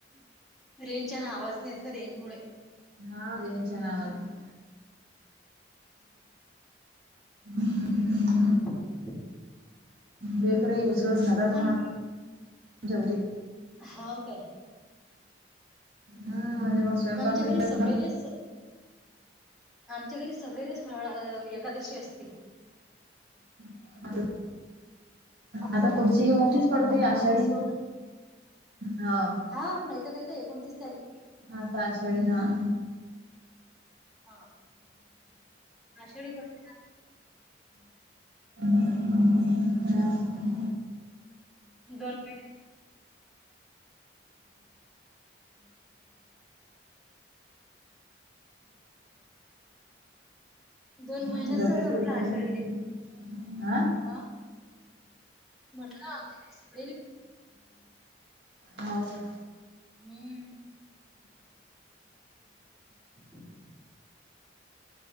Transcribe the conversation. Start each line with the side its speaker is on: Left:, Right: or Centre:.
Centre: रेंज आहे ना आवाज नाही येत ना रेंज मुळे.
Right: हा रेनच्या नावानं. हम्म हम्म.
Centre: ब <inaudible>
Right: बेकरी युसर्स खातात म्हण
Centre: आणि
Right: जेवरी.
Centre: हाव काय.
Right: हा म्हणजे मग स्वयंपाक
Centre: आमच्या
Right: फिरतच
Centre: घरी सगळेलेच
Right: कानो
Centre: आमच्या घरी सगळेच फावडा अ एकादशी असते.
Right: <inaudible>
Centre: फक्त
Right: आता
Centre: पप्
Right: पुढची मोठीच
Centre: फक्त
Right: पडतेय
Centre: पप्पू
Right: आषाढी.
Centre: मामा सोडून
Right: हो,
Centre: हा नाहीतर काय तर एकोणतीस तारखे
Right: आता आषाढी नव्ह.
Centre: हा आषाढी करते.
Right: <unintelligible>
Centre: दोन मिन दोन महिन्याच
Right: <inaudible>
Centre: होता म्हटलं आषाढीले
Right: आं.
Centre: हा म्हटलं आमच्याकडे सगळे ली
Right: हाव का.
Centre: हम्म. ह <inaudible>